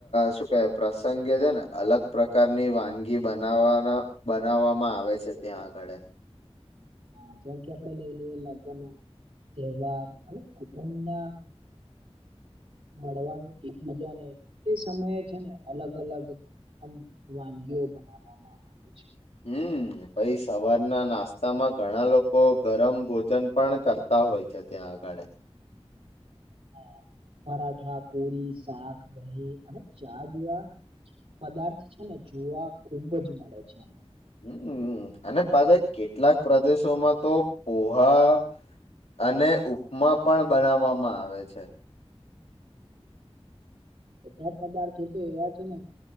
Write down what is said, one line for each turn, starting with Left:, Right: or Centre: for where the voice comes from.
Left: શું કેવાય પ્રસંગે છે ને અલગ પ્રકારની વાનગી બનાવાના. બનાવવામાં આવે છે ત્યાં આગળ.
Right: હા જેમ કે આપડે લઈ લઈએ લગ્નમાં. તહેવાર અને કુટુંબના. મળવાનું એકબીજાને એ સમયે છે ને અલગ અલગ. આમ વાનગીઓ બનાવવામાં આવે છે.
Left: હમ પછી સવારના નાસ્તામાં ઘણા લોકો ગરમ ભોજન પણ કરતા. હોય છે ત્યાં આગળ.
Right: હા, પરાઠા પૂરી શાક દહી અને ચા જેવા પદાર્થ છે ને. જોવા ખુબ જ મળે છે આપણને.
Left: હમ અને પાછા કેટલાક પ્રદેશોમાં તો પોહા. અને ઉપમા પણ બનાવવામાં આવે છે.
Right: બધા પદાર્થો તો એવા છે ને.